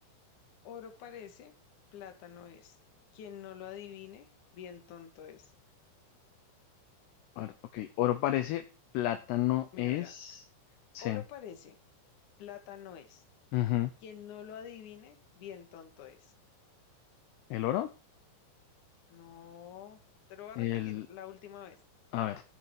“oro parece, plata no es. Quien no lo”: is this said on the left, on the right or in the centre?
Left